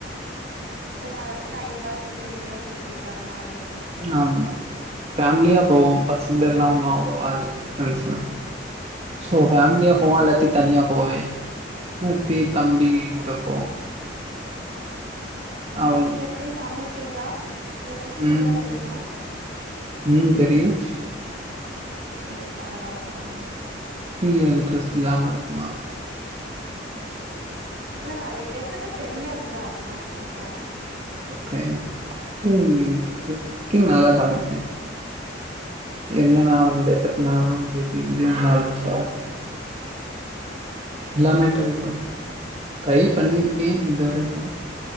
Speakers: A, on the right; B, on the right.
A: சும்மா டைம் பாசுக்கு எங்கேயோ சுத்திட்டு வர மாரி
B: ஆமா ஃபேமிலியா போவோ <unintelligible> எல்லா ஒன்னு அவ்ளோவா இல்ல ஃப்ரெண்ட்ஸ் எல்லா சோ ஃபேமிலியா
A: அப்டி
B: போவான் எல்லாத்தி தனியா போவே மூர்த்தி தம்பி கூட போ அவள்
A: நீங்க எப்டி சமைப்பீங்களா உங்களுக்கு குக்கிங்
B: ம்
A: எல்லா தெரியுமா
B: ம் தெரியும்
A: ஓ பரவால்ல பரவால்ல
B: <unintelligible> இன்ட்ரெஸ்ட் இல்லாம இருக்குமா
A: இல்ல நெறைய பேத்துக்கு தெரியாதுல்ல அதுதா கேட்ட
B: ஓகே குக்கிங் குக்கிங் நல்லா சமப்பே ஏன்னா நா வந்து சத்த நேரோ சேத்தி பிரியாணி <unintelligible> எல்லாமே
A: ஓ
B: ட்ரை பண்ணுவ ட்ரை பண்ணிருக்கே இதுவரைக்கு